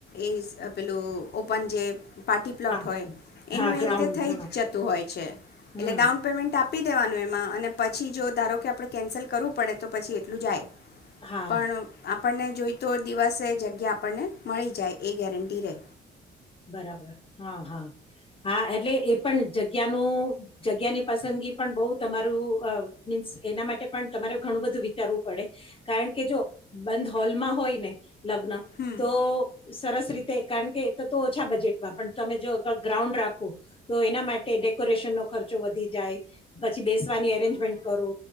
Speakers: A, on the left; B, on the left.
A: એ સ પેલું ઓપન જે પાર્ટી પ્લોટ
B: હા
A: હોય
B: હા
A: એનું
B: ગ્રાઉન્ડ
A: એ રીતે થઈ
B: હા
A: જતું હોય છે,
B: હમ
A: એટલે ડાઉન પેમેન્ટ આપ આપી દેવાનું એમાં. અને પછી જો ધારો કે આપણે કેન્સલ કરવું પડે તો પછી એટલું જાય.
B: હા
A: પણ આપ આપણને જોઈ તો દિવસે જગ્યા આપણને મળી જાય એ ગેરંટી રહે.
B: બરાબર હા હા હા એટલે એ પણ જગ્યાનું જગ્યાની પસંદગી પણ બહ તમારું મીન્સ એના માટે પણ તમારે ઘણું બધું વિચારવું પડે, કારણ કે જો બંધ હોલમાં હોય ને. લગ્ન,
A: હમ
B: તો સરસ રીતે કારણ કે તો ઓછા બજેટમાં પણ તમે જો આગળ ગ્રાઉન્ડ રાખો તો એના માટે ડેકોરેશનનો ખર્ચો વધી જાય, પછી બેસવાની એરેન્જમેન્ટ કરો